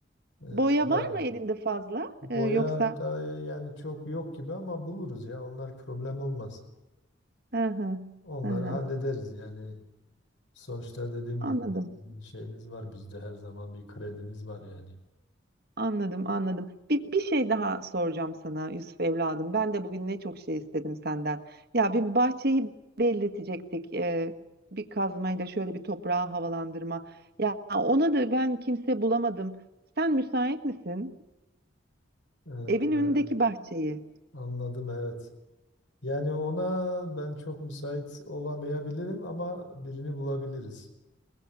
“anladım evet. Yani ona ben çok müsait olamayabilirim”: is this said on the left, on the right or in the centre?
Left